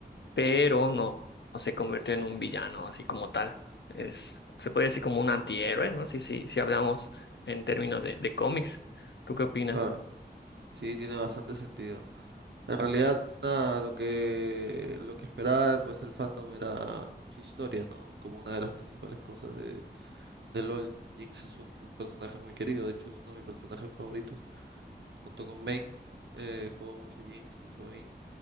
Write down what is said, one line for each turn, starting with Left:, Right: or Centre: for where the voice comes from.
Left: pero no, no se convirtió en un villano así como tal. Es, se puede decir como un antihéroe, ¿no? Si, si, si hablamos en términos de, de cómics. ¿Tú qué opinas?
Right: claro. Sí, tiene bastante sentido. En realidad, una, lo que, lo que esperaba pues el fandom era su historia, ¿no? Como una de las principales cosas de, de LOL. Jinx es un personaje muy querido, de hecho es uno de mis personajes favoritos. Junto con Vayne, eh, juego mucho Jinx, mucho Vayne,